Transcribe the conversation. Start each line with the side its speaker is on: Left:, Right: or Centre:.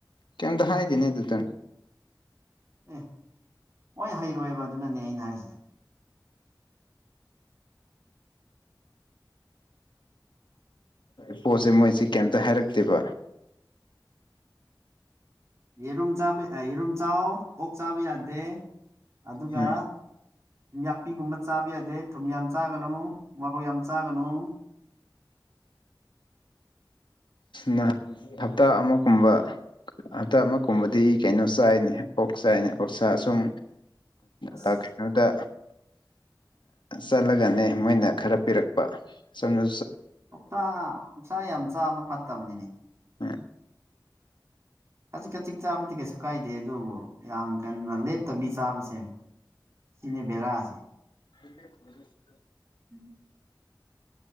Left: ꯀꯝꯇ ꯍꯥꯏꯗꯅꯦꯅꯤ ꯑꯗꯨ ꯇ
Right: ꯑꯦ ꯍꯣꯏ ꯍꯩꯔꯣꯏꯕ ꯑꯗꯨꯅꯅꯦ ꯑꯩꯅ ꯍꯥꯏꯁꯦ
Left: <inaudible> ꯄꯣꯠꯁꯦ ꯃꯣꯏꯁꯤ ꯀꯩꯇ ꯍꯥꯏꯔꯛꯇꯦꯕ <inaudible>
Right: ꯌꯦꯔꯨꯝ ꯆꯥꯕ ꯌꯦꯔꯨꯝ ꯆꯥꯎ ꯑꯣꯛ ꯆꯥꯕ ꯌꯥꯗꯦ ꯑꯗꯨꯒ
Left: ꯎꯝ
Right: ꯌꯥꯛꯄꯤꯒꯨꯝꯕ ꯆꯥꯕ ꯌꯥꯗꯦ ꯊꯨꯝ ꯌꯥꯝ ꯆꯥꯒꯅꯨ ꯃꯔꯧ ꯌꯥꯝ ꯆꯥꯒꯅꯨ
Left: ꯅꯍ ꯍꯞꯇꯥ ꯑꯃꯒꯨꯝꯕ ꯍꯞꯇꯥ ꯑꯃ ꯀꯨꯝꯕꯗꯤ ꯀꯩꯅꯣ ꯆꯥꯏꯅꯦ ꯑꯣꯛ ꯆꯥꯏꯅꯦ ꯑꯣꯛꯁꯥ ꯑ ꯁꯁꯨꯝ
Right: ꯑꯁ
Left: ꯀ ꯀꯩꯅꯣꯗ ꯆꯠꯂꯒꯅꯦ ꯃꯣꯏꯅ ꯈꯔ ꯄꯤꯔꯛꯄ ꯁꯝꯅ
Right: ꯎꯥꯛ ꯎꯛꯁꯥ ꯌꯥꯝ ꯆꯥꯕ ꯐꯠꯇꯕꯅꯤꯅꯦ
Left: ꯎꯝ
Right: ꯀꯖꯤꯛ ꯀꯖꯤꯛ ꯆꯥꯕꯗꯤ ꯀꯩꯁꯨ ꯀꯥꯏꯗꯦ ꯑꯗꯨꯕꯨ ꯌꯥꯝ ꯀꯩꯅꯣꯗ ꯂꯦꯞꯇꯕꯤ ꯆꯥꯕꯁꯦ ꯁꯤꯅꯦ ꯕꯦꯔꯥꯁꯦ
Left: ꯎꯝ <unintelligible>
Right: ꯎꯝ